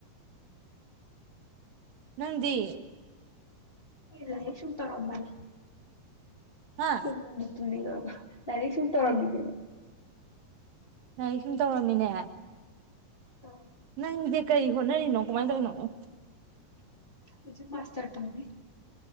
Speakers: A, on the right; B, on the left.
A: ꯅꯪꯗꯤ
B: ꯑꯩ ꯂꯥꯏꯔꯤꯛ ꯁꯨꯝ ꯇꯧꯔꯝꯕꯅꯤ
A: ꯍꯥ
B: ꯇꯝꯁꯨ ꯇꯨꯝꯅꯤꯡꯉꯛ ꯑꯕ ꯂꯔꯤꯛ ꯁꯨꯝ ꯇꯧꯔꯝꯃꯤꯅꯦ
A: ꯎꯝ ꯂꯥꯏꯔꯤꯛ ꯁꯨꯝ ꯇꯧꯔꯝꯃꯤꯅꯦ
B: ꯑꯧ
A: ꯅꯪꯗꯤ ꯀꯩ ꯍꯣꯠꯅꯔꯤꯅꯣ ꯀꯃꯥꯏ ꯇꯧꯔꯤꯅꯣ <inaudible>
B: ꯍꯧꯖꯤꯛ ꯃꯥꯁꯇꯔ ꯇꯧꯔꯤ